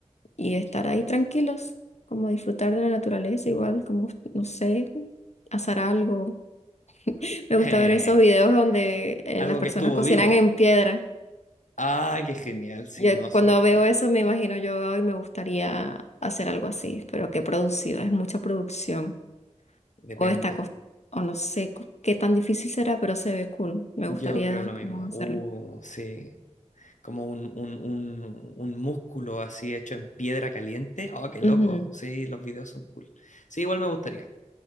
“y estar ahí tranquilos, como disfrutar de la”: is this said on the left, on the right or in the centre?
Left